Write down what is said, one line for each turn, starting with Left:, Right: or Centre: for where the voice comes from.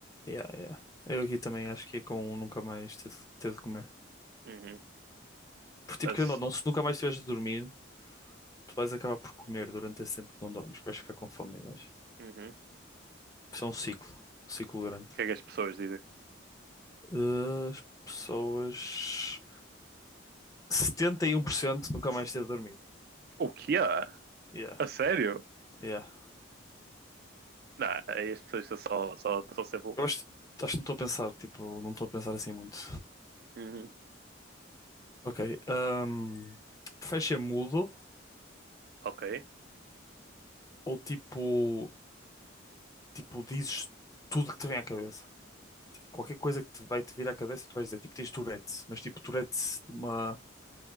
Left: Yeah, yeah. Eu aqui também acho que é com um nunca mais ter, de ter de comer.
Right: Uhum.
Left: Porque,
Right: Mas,
Left: tipo, querendo ou não, se nunca mais tiveres de dormir, tu vais acabar por comer durante esse tempo que não dormes. Vais ficar com fome, e vais.
Right: uhum. O
Left: Isso é um ciclo. Um ciclo grande.
Right: que é que as pessoas dizem?
Left: Eh, As pessoas. setenta e um por cento nunca mais ter de dormir.
Right: O que é?
Left: Yeah,
Right: A sério?
Left: yeah.
Right: Não, aí as pessoas são só, só, só ser burras.
Left: Eu acho, acho que não estou a pensar, tipo, não estou a pensar assim muito.
Right: Uhum.
Left: Ok. Um, preferes ser mudo
Right: Ok.
Left: ou tipo, tipo, dizes tudo que te vem à cabeça? qualquer coisa que te vai te vir à cabeça, tu vais dizer, tipo, tens Tourette, mas tipo, Tourette de uma,